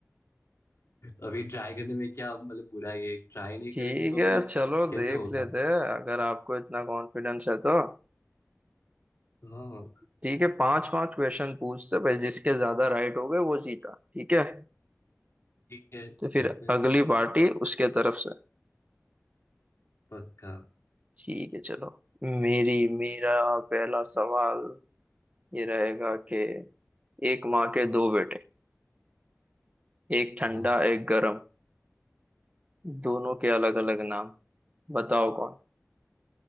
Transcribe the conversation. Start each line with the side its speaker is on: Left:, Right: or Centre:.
Left: अभी ट्राई करने में क्या मतलब बुराई है ट्राई नहीं
Right: ठीक
Left: करेंगे तो
Right: है
Left: मतलब
Right: चलो
Left: कैसे
Right: देख
Left: होगा
Right: लेते
Left: है ना?
Right: हैं अगर आपको इतना कॉन्फिडेंस है तो
Left: हाँ
Right: ठीक है पांच पांच क्वेश्चन पूछते भाई जिसके ज्यादा राइट हो गए वो जीता ठीक है
Left: ठीक है
Right: तो फिर
Left: देखते हैं
Right: अगली पार्टी उसके तरफ से
Left: पक्का
Right: ठीक है चलो मेरी मेरा पहला सवाल ये रहेगा कि एक माँ के दो बेटे एक ठंडा
Left: अ,
Right: एक गरम दोनों के अलग अलग नाम बताओ कौन